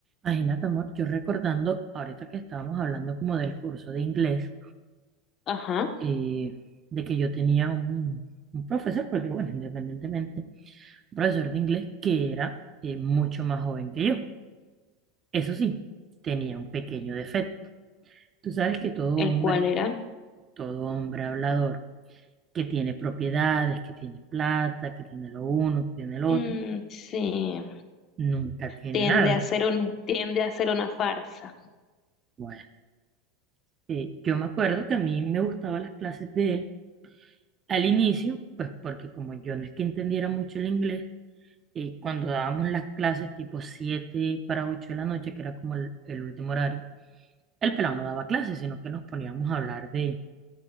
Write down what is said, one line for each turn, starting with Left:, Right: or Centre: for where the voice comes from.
Right: Imagínate, amor, yo recordando, ahorita que estábamos hablando como del curso de inglés,
Left: Ajá,
Right: eh, de que yo tenía un, un profesor, porque bueno, independientemente, un profesor de inglés que era eh, mucho más joven que yo. Eso sí, tenía un pequeño defecto. Tú sabes que todo
Left: el
Right: hombre,
Left: cual era,
Right: todo hombre hablador, que tiene propiedades, que tiene plata, que tiene lo uno, que tiene lo
Left: mm,
Right: otro,
Left: sí,
Right: nunca tiene
Left: tiende
Right: nada.
Left: a ser una, tiende a ser una farsa.
Right: Bueno, eh, yo me acuerdo que a mí me gustaban las clases de él Al inicio, pues porque como yo no es que entendiera mucho el inglés, eh, cuando dábamos las clases tipo 7 para 8 de la noche, que era como el, el último horario, el pelado no daba clases, sino que nos poníamos a hablar de,